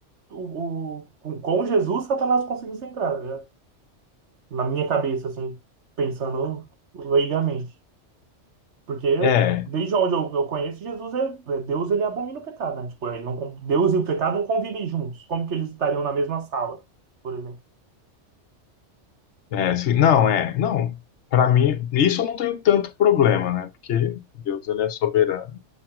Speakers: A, on the right (about 70°); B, on the left (about 70°).
A: o, o- com com Jesus, Satanás conseguisse entrar, né? Na minha cabeça, assim, pensando leigamente. Porque
B: é,
A: desde onde eu, eu conheço, Jesus é, é- Deus, ele abomina o pecado, né? Tipo, ele não, con- Deus e o pecado não convivem juntos. Como que eles estariam na mesma sala, por exemplo?
B: é sim, não, é, não. Para mim, isso eu não tenho tanto problema, né? Porque Deus ele é soberano,